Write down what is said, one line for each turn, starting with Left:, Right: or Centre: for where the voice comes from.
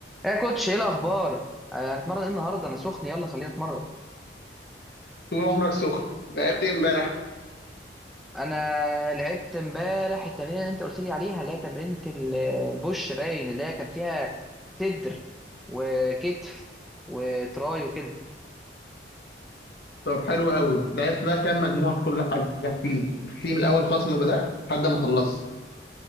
Centre: يا كوتش ايه الاخبار آه، هنتمرن ايه النهارده انا سخن يلا خلينا نتمرن
Left: طول عمرك سخن لعبت ايه امبارح
Centre: انا لعبت امبارح التمرين اللي انت قلت لي عليها اللي هي تمرينة البوش باين اللي هي كان فيها صدر وكتف وتراي وكده
Left: طب حلو قوي لعبت بقى كام مجموعة في كل حاجة احكيلي احكيلي من الأول خالص ما بدأت لحد ما خلصت